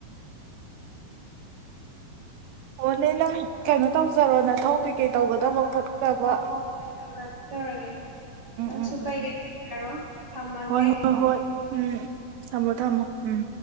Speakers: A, on the right (about 80°); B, on the right (about 55°).
A: ꯑꯣꯅꯦ ꯅꯪ ꯀꯩꯅꯣ ꯇꯧꯖꯔꯣ ꯅꯊꯧ ꯀꯩꯀꯩ ꯇꯧꯒꯗꯕ
B: ꯑ
A: ꯈꯣꯠꯀꯥꯗꯕ
B: ꯍꯣ ꯍꯣ ꯇꯧꯔꯒꯦ ꯇꯧꯔꯒꯦ
A: ꯎꯝ
B: ꯅꯪꯁꯨ
A: ꯎꯝ ꯎꯝ
B: ꯀꯩꯀꯩ ꯇꯧꯖꯔꯣ ꯊꯝꯃꯒꯦ
A: ꯍꯣꯏ
B: ꯑꯩ
A: ꯍꯣꯏ ꯍꯣꯏ ꯎꯝ ꯊꯝꯃꯣ ꯊꯝꯃꯣ ꯎꯝ